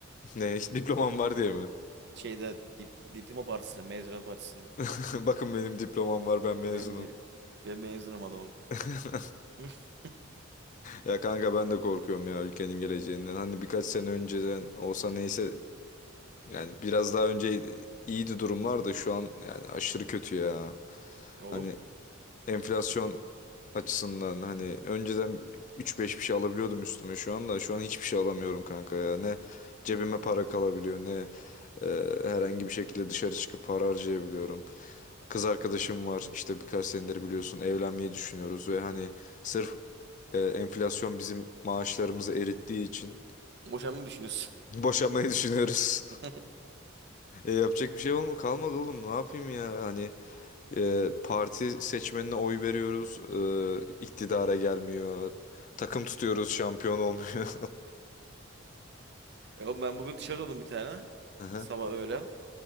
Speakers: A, on the left; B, on the right.
A: Ne hiç diplomam var diye mi?
B: Şeyde dip, diploma partisinde, mezuniyet partisinde.
A: <laughs> Bakın benim diplomam var ben mezunum.
B: Ben bir ben mezunum adamım.
A: <laughs>
B: <laughs>
A: Ya kanka ben de korkuyorum ya ülkenin geleceğinden. Hani birkaç sene önceden olsa neyse yani biraz daha önce iyiydi durumlar da şu an yani aşırı kötü ya.
B: Oğlum
A: Hani enflasyon açısından hani önceden üç beş bir şey alabiliyordum üstüme şu anda şu an hiçbir şey alamıyorum kanka ya ne cebime para kalabiliyor ne e, herhangi bir şekilde dışarı çıkıp para harcayabiliyorum. Kız arkadaşım var işte birkaç senedir biliyorsun evlenmeyi düşünüyoruz ve hani sırf e, enflasyon bizim maaşlarımızı erittiği için
B: boşanmayı düşünüyorsun.
A: boşanmayı <laughs> düşünüyoruz.
B: <laughs>
A: E, yapacak bir şey olma kalmadı oğlum ne yapayım ya hani e, parti seçmenine oy veriyoruz. E, iktidara gelmiyor. Takım tutuyoruz, şampiyon olmuyor.
B: Oğlum ben bugün tişört aldım bir tane.
A: <laughs> Aha.
B: Sabah öğlen.